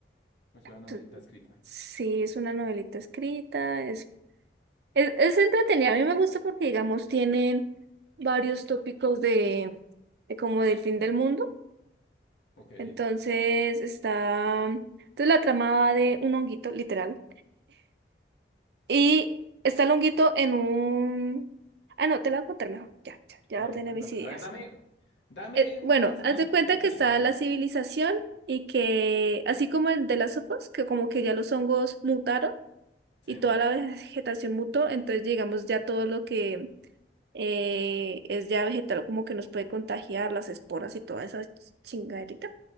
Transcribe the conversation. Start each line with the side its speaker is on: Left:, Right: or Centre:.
Left: es una novelita
Right: Tu-
Left: escrita?
Right: Sí, es una novelita escrita, es, es, es entretenida. A mí me gusta porque, digamos, tienen varios tópicos de, de como del fin del mundo.
Left: Ok.
Right: Entonces está, entonces la trama va de un honguito, literal. Y está el honguito en un... Ah, no, te la voy a contar mejor. Ya, ya, ya
Left: A ver,
Right: ordené
Left: cuéntame.
Right: mis ideas.
Left: A ver, dame, dame
Right: Eh, bueno,
Left: una sinopsis
Right: haz de cuenta
Left: corta
Right: que está
Left: y tales.
Right: la civilización y que, así como el de las sofos, que como que ya los hongos mutaron.
Left: Sí.
Right: y toda la vegetación mutó, entonces digamos ya todo lo que eh, es ya vegetal como que nos puede contagiar las esporas y toda esa chingaderita.